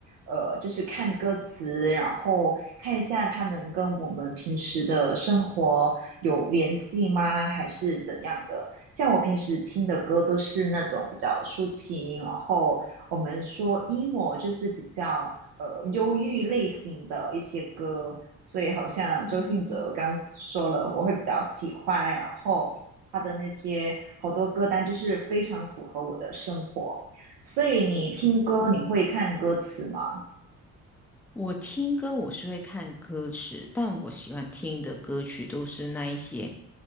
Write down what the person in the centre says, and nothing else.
嗯，
我听歌我是会看歌词，但我喜欢听的歌曲都是那一些，